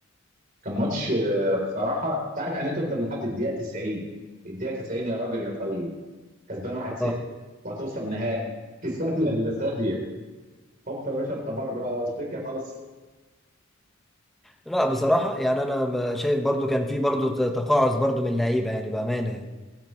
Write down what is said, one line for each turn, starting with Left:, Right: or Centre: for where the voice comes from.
Right: كان ماتش آه، بصراحه انت عارف يعني ايه تفضل لحد الدقيقه 90 الدقيقه 90 يا راجل يا طيب كسبان 1-0
Centre: اه
Right: وهتوصل نهائي في ثانيه الا ثانيه هوب يا باشا انت بره افريقيا خالص
Centre: لا بصراحة يعني انا شايف برضو كان في برضو تقاعس برضو من اللعيبة يعني بأمانة يعني